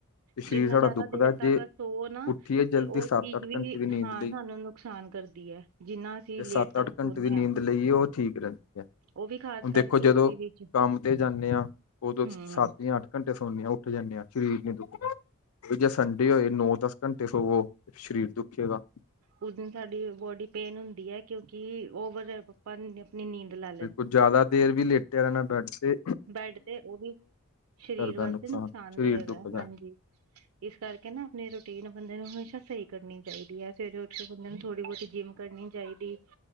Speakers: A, on the left; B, on the right.
A: ਤੇ ਸਰੀਰ
B: ਜਿੰਨਾ
A: ਸਾਡਾ
B: ਜ਼ਿਆਦਾ
A: ਦੁੱਖ
B: ਦੇਰ
A: ਦਾ
B: ਤੱਕ
A: ਜੇ
B: ਸੋ ਨਾ
A: ਉਠਏ ਜਲਦੀ
B: ਤੇ ਉਹ
A: ਸੱਤ,
B: ਚੀਜ਼
A: ਅੱਠ
B: ਵੀ
A: ਘੰਟੇ ਦੀ ਨੀਦ
B: ਹਾਂ
A: ਲਈ
B: ਸਾਨੂੰ ਨੁਕਸਾਨ ਕਰਦੀ ਹੈ ਜਿੰਨਾ ਅਸੀਂ
A: ਜੇ
B: ਲੇਟ
A: ਸੱਤ,
B: ਤੱਕ
A: ਅੱਠ ਘੰਟੇ
B: ਸੋਨੇ
A: ਦੀ ਨੀਂਦ
B: ਹਾਂ।
A: ਲਈਏ ਉਹ ਠੀਕ ਰਹਿਦੀ ਹੈ।
B: ਉਹ ਵੀ ਖ਼ਾਸ
A: ਹੁਣ
B: ਕਰਕੇ
A: ਦੇਖੋ ਜਦੋ
B: ਏਸੀ ਵਿੱਚ
A: ਕੰਮ ਤੇ ਜਾਨੇ ਹਾਂ ਉਦੋ
B: ਹਮ
A: ਸੱਤ ਜਾਂ ਅੱਠ ਘੰਟੇ ਸੌਨੇ ਆ ਉਠ ਜਾਨੇ ਹਾਂ ਸਰੀਰ ਨੀ ਦੁੱਖ ਜਾਂ ਸੰਡੇ ਹੋਏ ਨੌ ਦਸ ਘੰਟੇ ਹੋਵੋ ਸਰੀਰ ਦੁਖੇਗਾ।
B: ਉਸ ਦਿਨ ਸਾਡੀ ਬੋਡੀ ਪੇਨ ਹੁਦੀ ਹੈ ਕਿਉਂਕਿ ਓਵਰ <unintelligible> ਨਹੀ ਨੀਦ ਲ-
A: ਬਿਲਕੁਲ ਜਾਦਾ ਦੇਰ ਵੀ ਲੇਟਿਆ ਰਹਿਣਾ ਬੈਡ ਤੇ
B: ਬੈਡ ਤੇ ਉਹ ਵੀ ਸਰੀਰ
A: ਕਰਦਾ
B: ਵਾਸਤੇ
A: ਨੁਕਸਾਨ
B: ਨੁਕਸਾਨਦੇ
A: ਸਰੀਰ
B: ਹੈਗਾ
A: ਦੁਖਦਾ
B: ਹਾਂਜੀ। ਇਸ ਕਰਕੇ ਨਾ ਆਪਣੀ ਰੂਟੀਨ ਬੰਦੇ ਨੂੰ ਹਮੇਸ਼ਾ ਸਹੀ ਕਰਨੀ ਚਾਹੀਦੀ ਹੈ ਸਵੇਰੇ ਉਠ ਕੇ ਬੰਦੇ ਨੂੰ ਥੋੜ੍ਹੀ ਬਹੁਤੀ ਜਿੰਮ ਕਰਨੀ ਚਾਹੀਦੀ